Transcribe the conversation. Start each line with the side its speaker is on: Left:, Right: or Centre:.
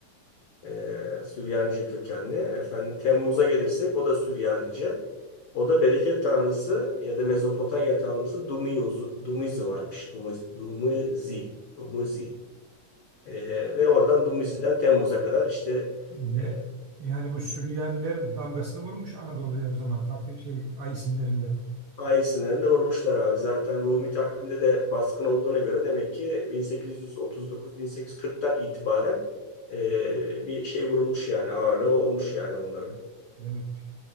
Left: E, Süryanice kökenli. Efendim Temmuz'a gelirsek o da Süryanice. O da bereket tanrısı ya da Mezopotamya tanrısı Dumuz, Dumuzi varmış. Dumuz, Dumuzi. Dumuzi. E, ve oradan Dumuzi'den Temmuz'a kadar işte
Right: Ye-
Left: e,
Right: Yani bu Süryaniler damgasını vurmuş Anadolu'ya o zaman takvim şey ay isimlerinde
Left: Ay sınırında vurmuşlar abi. Zaten Rumi takvimde de baskın olduğuna göre demek ki 1839-1840'tan itibaren e, bir şey vurulmuş yani ağırlığı olmuş yani onların.
Right: demek.